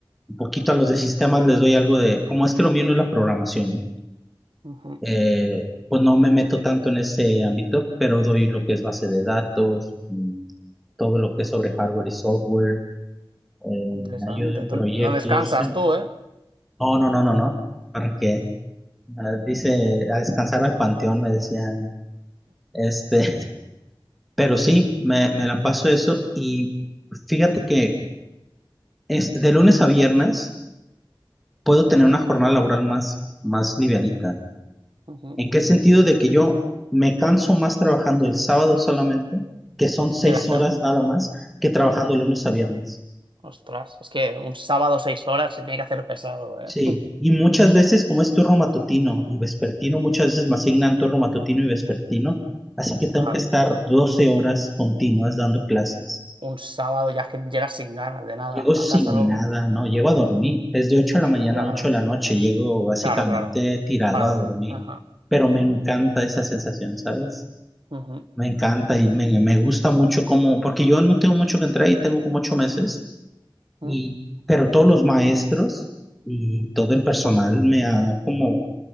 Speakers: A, in the centre; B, on the right (about 70°).
A: un poquito a los de sistemas les doy algo de, como es que lo mío no es la programación,
B: Ujú,
A: eh, pues no me meto tanto en ese ámbito, pero doy lo que es base de datos, mm, todo lo que es sobre hardware y software, eh,
B: interesante.
A: ayudo en
B: Tú
A: proyectos.
B: no descansas tú, ¿eh?
A: No, no, no, no, no. ¿Para qué? Ah, dice, a descansar al panteón, me decían. Este, Pero sí, me, me la paso eso y fíjate que es, de lunes a viernes puedo tener una jornada laboral más, más livianita.
B: Ujú,
A: ¿En qué sentido de que yo me canso más trabajando el sábado solamente, que son seis
B: Que la se-
A: horas nada más, que trabajando
B: Ujú.
A: de lunes a viernes?
B: Ostras, es que un sábado seis horas se tiene que hacer pesado, ¿eh?
A: Sí,
B: <laughs>
A: y muchas veces como es turno matutino y vespertino, muchas veces me asignan turno matutino y vespertino, así que tengo
B: Claro,
A: que estar 12 horas continuas dando clases.
B: un sábado ya es que llegas sin ganas de nada
A: Llego sin
B: a casa luego.
A: nada, no, llego a dormir. Es de ocho de la mañana
B: Claro,
A: a 8 de la noche, llego básicamente
B: claro, claro.
A: tirado
B: Para
A: a
B: dormir.
A: dormir.
B: Ajá.
A: Pero me encanta esa sensación, ¿sabes?
B: Ujú,
A: Me encanta y me, me gusta mucho como, porque yo no tengo mucho que entrar y tengo como 8 meses,
B: ujú,
A: y, pero todos los maestros y todo el personal me ha como,